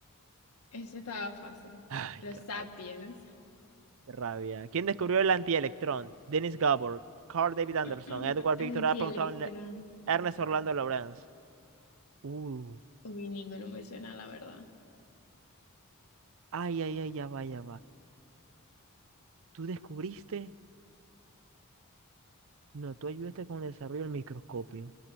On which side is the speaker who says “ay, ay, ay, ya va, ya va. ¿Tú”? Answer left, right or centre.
Right